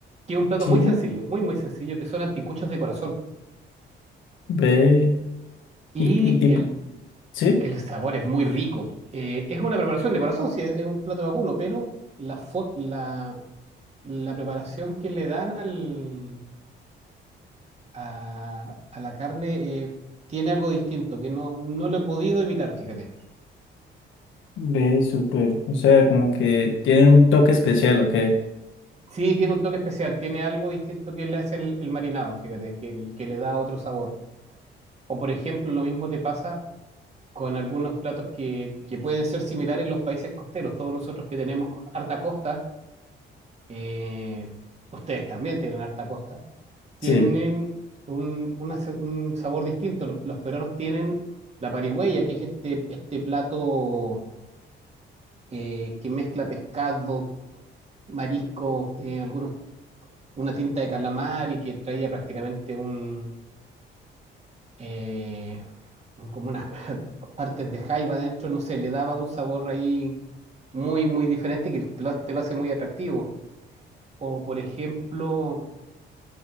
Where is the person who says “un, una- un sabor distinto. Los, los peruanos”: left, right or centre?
Right